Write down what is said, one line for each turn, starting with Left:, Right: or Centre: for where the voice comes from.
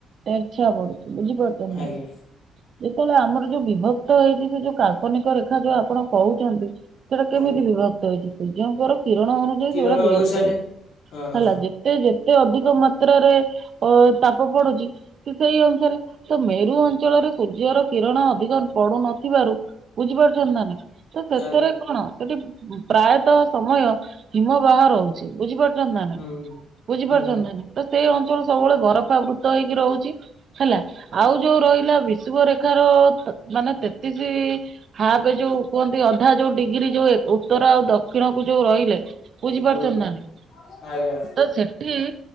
Right: ତେରଛିଆ ପଡୁଚି ବୁଝିପାରୁଛ। କେନ?
Left: ଆଜ୍ଞା
Right: ଯେତେବେଳେ ଆମର ଯୋଉ ବିଭକ୍ତ ହେଇଚି ସେ ଯୋଉ କାଳ୍ପନିକ ରେଖା ଯୋଉ ଆପଣ କହୁଚନ୍ତି। ସେଇଟା କେମିତି
Left: ଆଜ୍ଞା
Right: ବିଭକ୍ତ ହେଇଚି ସୂର୍ଯ୍ୟଙ୍କର କିରଣ ଅନୁଯାୟୀ
Left: କିରଣ
Right: ସେଗୁଡ଼ା ବିଭକ୍ତ
Left: ଅନୁସାରେ
Right: ହେଇଚି।
Left: ହଁ
Right: ହେଲା
Left: ହଁ
Right: ଯେତେ ଯେତେ ଅଧିକ ମାତ୍ରାରେ ଅ ତାପ ପଡ଼ୁଚି ତ ସେଇ ଅନୁସାରେ, ତ ମେରୁ ଅଞ୍ଚଳରେ ସୂର୍ଯ୍ୟର କିରଣ ଅଧିକ ପଡୁନଥିବାରୁ ବୁଝିପାରୁଛନ୍ତି ନା ନାହିଁ ତ ସେଥେରେ
Left: ଆଜ୍ଞା
Right: କଣ ସେଠି ପ୍ରାୟତଃ ସମୟ ହିମ ବାହ ରହୁଛି ବୁଝିପାରୁ ବୁଝୁଚନ୍ତି ନା ନାଇଁ,
Left: ହୁଁ।
Right: ବୁଝିପାରୁଛନ୍ତି
Left: ଆଜ୍ଞା
Right: ନା ନାଇଁ, ତ ସେଇ ଅଞ୍ଚଳ ସବୁବେଳେ ବରଫା ବୃତ ହେଇକି ରହୁଛି। ହେଲା ଆଉ ଯୋଉ ରହିଲା ବିଶୁବରେଖା ର ମାନେ ତେତିଶି ହାପ ଯୋଉ କୁହନ୍ତି ଅଧା ଯୋଉ ଡିଗ୍ରୀ ଯୋଉ ଏ ଉତ୍ତର ଆଉ ଦକ୍ଷିଣ କୁ ଯୋଉ ରହିଲେ ବୁଝିପାରୁଚନ୍ତି
Left: ହୁଁ
Right: ନା ନାଇଁ?
Left: ଆଜ୍ଞା।
Right: ତ ସେଠି